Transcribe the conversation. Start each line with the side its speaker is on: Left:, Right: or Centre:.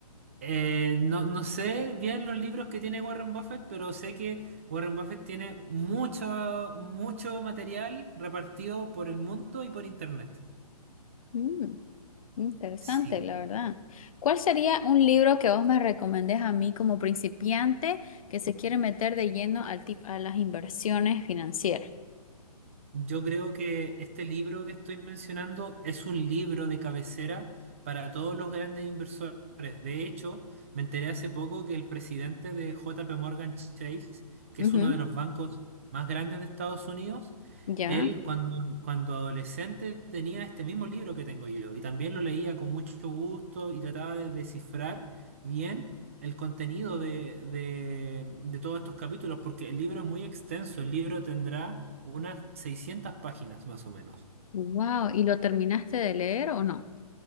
Right: Eh, no, no sé bien los libros que tiene Warren Buffett, pero sé que Warren Buffett tiene mucho, mucho material repartido por el mundo y por internet.
Left: Mm, interesante,
Right: Sí.
Left: la verdad. ¿Cuál sería un libro que vos me recomendés a mí como principiante que se quiere meter de lleno al tip a las inversiones financieras?
Right: Yo creo que este libro que estoy mencionando es un libro de cabecera para todos los grandes inversores. De hecho, me enteré hace poco que el presidente de JP Morgan Chase, que
Left: Ujú,
Right: es uno de los bancos más grandes de Estados Unidos,
Left: ya.
Right: él cuando, cuando adolescente tenía este mismo libro que tengo yo y también lo leía con mucho gusto y trataba de descifrar bien el contenido de, de de todos estos capítulos porque el libro es muy extenso, el libro tendrá unas 600 páginas más o menos.
Left: Wow, ¿y lo terminaste de leer o no?